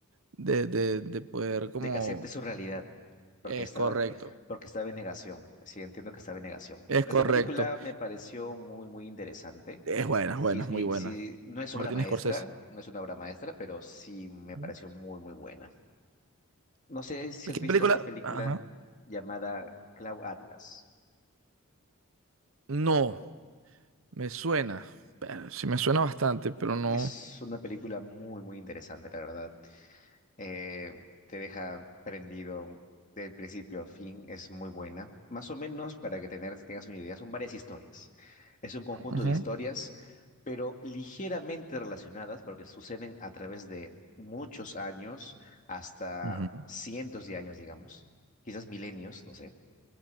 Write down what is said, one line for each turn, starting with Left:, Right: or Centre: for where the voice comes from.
Right: de, de, de poder como...
Left: De que acepte su realidad. Porque
Right: Es
Left: estaba,
Right: correcto,
Left: porque estaba en negación. Sí, entiendo que estaba en negación.
Right: es
Left: Esta
Right: correcto.
Left: película me pareció muy, muy interesante.
Right: Es buena,
Left: Sí,
Right: es buena,
Left: es,
Right: es
Left: bi-
Right: muy buena.
Left: sí, no es
Right: Martín
Left: obra maestra,
Right: Scorsese.
Left: no es una obra maestra, pero sí me
Right: Ujú.
Left: pareció muy, muy buena. No sé si has
Right: ¿Qué
Left: visto
Right: película?
Left: esta película
Right: Ajá.
Left: llamada Cloud Atlas.
Right: No, me suena. Pero sí me suena bastante, pero no.
Left: Es una película muy, muy interesante, la verdad. eh, te deja prendido del principio a fin, es muy buena. Más o menos, para que tener, tengas una idea, son varias historias. Es un conjunto
Right: Ujú,
Left: de historias, pero ligeramente relacionadas, porque suceden a través de muchos años, hasta
Right: ujú.
Left: cientos de años, digamos, quizás milenios, no sé.